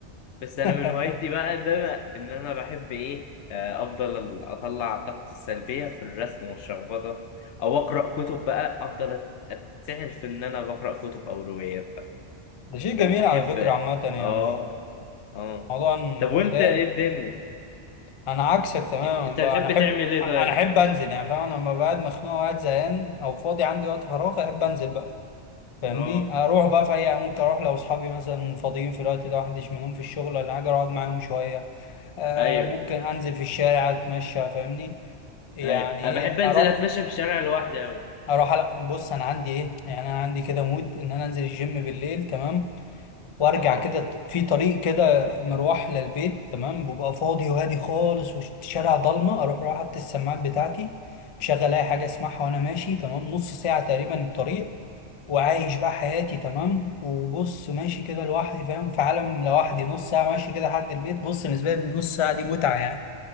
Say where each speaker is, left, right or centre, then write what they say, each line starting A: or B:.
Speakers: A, on the left (about 80°); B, on the left (about 50°).
A: بس انا
B: <laughs>
A: من هوايتي بقى ان انا ان انا بحب ايه آه، افضل اطلع طاقتي السلبيه في الرسم والشخبطه او اقرا كتب بقى افضل اتسحل في ان انا بقرا كتب او روايات بقى
B: ده شيء
A: بحب
B: جميل على فكرة عامة يعني
A: اه اه
B: موضوع إن-
A: طب وانت
B: لا
A: ايه الدنيا
B: أنا عكسك تماما
A: انت
B: بقى
A: بتحب
B: أنا أحب
A: تعمل ايه
B: أنا
A: طيب
B: أحب أنزل يعني فاهم أنا لما بقعد مخنوق وقاعد زهقان أو فاضي عندي وقت فراغ أحب أنزل بقى فاهمني
A: اه
B: أروح بقى في أي ممكن أروح لو أصحابي مثلا فاضيين في الوقت ده محدش منهم في الشغل ولا حاجة أقعد معاهم شوية آه
A: ايوه
B: ممكن أنزل في الشارع أتمشى فاهمني يعني
A: ايوه انا
B: إيه
A: بحب انزل
B: أروح
A: اتمشى في الشارع لوحدي اوي
B: اروح ألع- بص انا عندي ايه يعني انا عندي كده مود ان انا انزل الجيم بالليل تمام وارجع
A: اه
B: كده ت- في طريق كده مروح للبيت تمام ببقى فاضي وهادي خالص والشارع ضلمه اروح رايح حاطط السماعات بتاعتي مشغل اي حاجه اسمعها وانا ماشي تمام نص ساعه تقريبا الطريق وعايش بقى حياتي تمام وبص ماشي كده لوحدي فاهم في عالم لوحدي نص ساعه ماشي كده لحد البيت بص بالنسبه لي النص ساعه دي متعه يعني